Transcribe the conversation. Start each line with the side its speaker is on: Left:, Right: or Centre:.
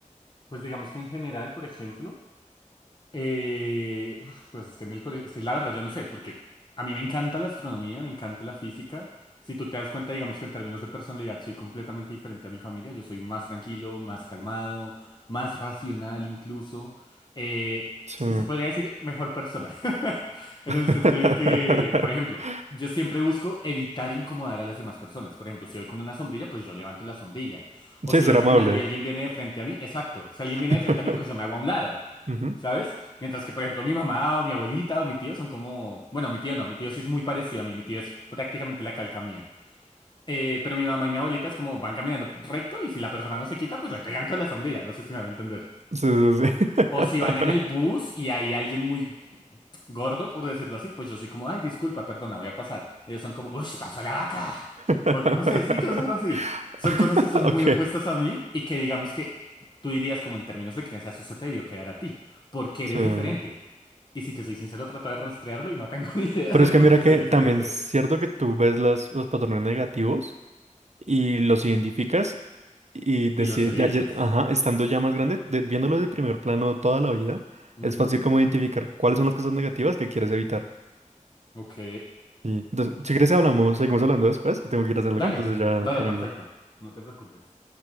Left: Pues digamos que en general, por ejemplo. Eh, uf, pues es que en el colegio, es que la verdad yo no sé, porque a mí me encanta la astronomía, me encanta la física. Si tú te das cuenta, digamos que en términos de personalidad soy completamente diferente a mi familia. Yo soy más tranquilo, más calmado, más racional incluso. Eh,
Right: Sí.
Left: y se podría decir mejor persona. <laughs> En
Right: <laughs>
Left: el sentido de que, por ejemplo, yo siempre busco evitar incomodar a las demás personas. Por ejemplo, si voy con una sombrilla, pues yo levanto la sombrilla. O
Right: Sí,
Left: si
Right: ser
Left: voy caminando
Right: amable.
Left: y alguien viene de frente a mí, exacto. Si alguien
Right: <laughs>
Left: viene de frente a mí, pues yo me hago a un lado.
Right: Ujú.
Left: ¿Sabes? Mientras que, por ejemplo, mi mamá o mi abuelita o mi tío son como... Bueno, mi tío no, mi tío sí es muy parecido a mí, mi tío es prácticamente la calca mía. Eh, pero mi mamá y mi abuelita es como van caminando recto y si la persona no se quita, pues le pegan con la sombrilla, no sé si me va a entender.
Right: Sí, sí, sí.
Left: O si van en el bus y hay alguien muy gordo, por decirlo así, pues yo soy como, ay, disculpa, perdona, voy a pasar. Ellos son como, uy, pasó la vaca.
Right: <laughs>
Left: O no sé, sí, cosas así. Son cosas que son
Right: Ok.
Left: muy opuestas a mí y que digamos que tú dirías como en términos de crianza, eso se te debió quedar a ti, porque
Right: Sí.
Left: eres diferente. Y si te soy sincero, trato de rastrearlo y no tengo <laughs> ni idea
Right: Pero
Left: de
Right: es
Left: por
Right: que mira
Left: qué
Right: que
Left: soy diferente.
Right: también es cierto que tú ves las, los patrones negativos y los identificas y decides,
Left: Y los evitas.
Right: ya, ya- ajá, estando ya más grande, de- viéndolo de primer plano toda la vida,
Left: Ujú,
Right: es fácil como identificar cuáles son las cosas negativas que quieres evitar.
Left: Ok.
Right: Y, entonces, si quieres hablamos, seguimos hablando después, que tengo que ir a hacer algo,
Left: Dale,
Right: entonces ya,
Left: dale,
Right: ya
Left: perfecto.
Right: vengo.
Left: No te preocupes.